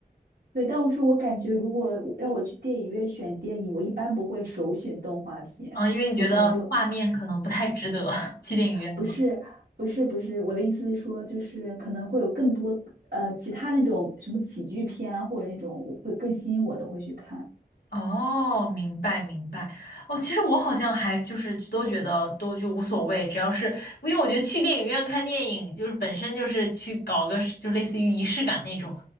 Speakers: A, on the right (about 80°); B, on the left (about 75°).
A: 对。但我是我感觉，如果我让我去电影院选电影，我一般不会首选动画片，
B: 啊，因为你觉得画面可能不太值得
A: 我可能就
B: <laughs> 去电影院吗？
A: 不是不是不是，我的意思是说，就是可能会有更多呃其他那种什么喜剧片啊，或者那种我会更吸引我的会去看。
B: 哦，明白明白。哦，其实我好像还就是都觉得都就无所谓，只要是因为我觉得去电影院看电影就是本身就是去搞个就类似于仪式感那种